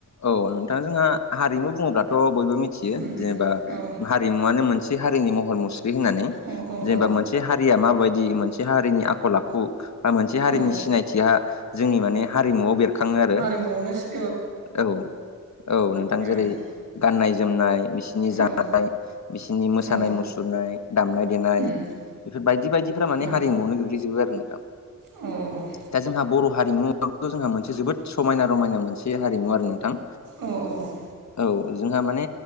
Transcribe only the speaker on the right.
उम उम
औ
औ औ
औ
औ
नआवनो सो
ओं
औ
औ
उम
औ
औ
औ औ औ